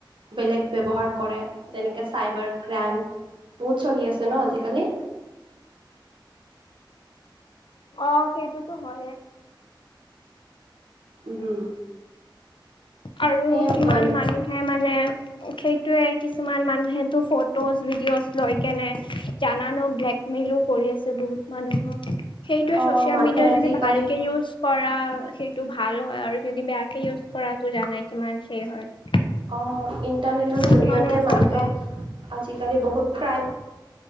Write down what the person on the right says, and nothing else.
বেলেগ ব্যৱহাৰ কৰে যেনেকে চাইবাৰ ক্ৰাইম। বহুত চলি আছে ন আজিকালি?
উম।
সেয়ে
দৈন
অ'
মানুহে
আজিকালি
অ ইণ্টাৰনেটৰ
জৰিয়তে মানুহে
আজিকালি বহুত ক্ৰাইম